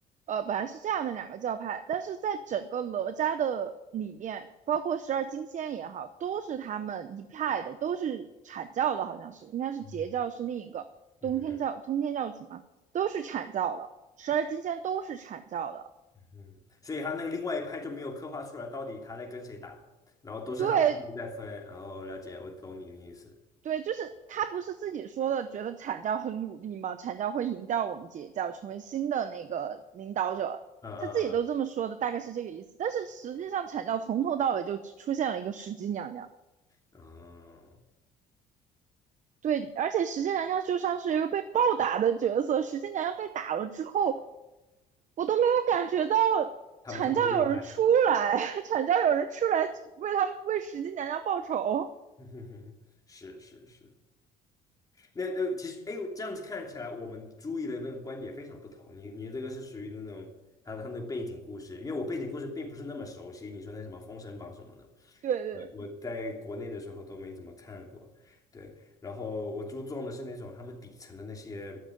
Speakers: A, on the right; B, on the left.
A: 呃本来是这样的两个教派，但是在整个哪吒的里面，包括十二金仙也好，都是他们一派的，都是阐教的，好像是应该是截教是另一个通天教通天教主嘛，
B: 嗯嗯嗯
A: 都是阐教的，十二金仙都是阐教的。
B: 嗯，所以他那个另外一派就没有刻画出来到底他在跟谁打，然后都是他们自己在分，
A: 对，
B: 然后了解，我懂你的意思。
A: 对，就是他不是自己说的，觉得阐教很努力吗？阐教会赢掉我们截教，成为新的那个领导者，
B: 嗯嗯嗯
A: 他自己都这么说的，大概是这个意思。但是实际上，阐教从头到尾就只出现了一个石矶娘娘，
B: 嗯，
A: 对，而且石矶娘娘就像是一个被暴打的角色，石矶娘娘被打了之后，我都没有感觉到
B: 他们特别厉害，
A: 阐教有人出来，<laughs> 阐教有人出来为他们为石矶娘娘报仇。
B: <laughs> 是是是。那那其实，哎，这样子看起来，我们注意的那个观点非常不同。你你这个是属于那种他他那个背景故事，因为我背景故事并不是那么熟悉。你说那什么《封神榜》什么的，
A: 对对，
B: 对我在国内的时候都没怎么看过，对。然后我注重的是那种他们底层的那些